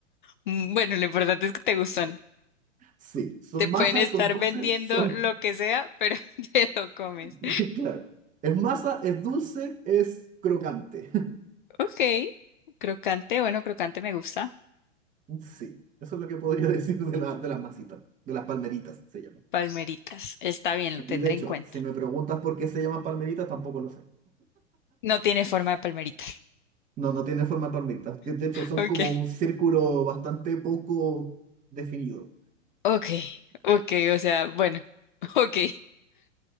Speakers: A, on the left; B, on the right.
A: Mm, Bueno, lo importante es que te gustan.
B: Sí, son
A: Te pueden
B: masas,
A: estar
B: son dulces,
A: vendiendo
B: son...
A: lo que sea, pero <laughs> te lo comes.
B: <laughs> Claro, es masa, es dulce, es crocante.
A: Ok, crocante, bueno, crocante me gusta.
B: Sí, eso es lo que podría <laughs> decir de, la, de las masitas, de las palmeritas se llaman.
A: Palmeritas, está bien,
B: Sí,
A: lo tendré
B: Y de hecho,
A: en cuenta.
B: si me preguntas por qué se llaman palmeritas, tampoco lo sé.
A: No tiene forma de palmeritas.
B: No, no tiene forma de palmeritas. que De hecho, son
A: Ok,
B: como un círculo bastante poco definido.
A: ok, ok, o sea, bueno, <laughs> ok.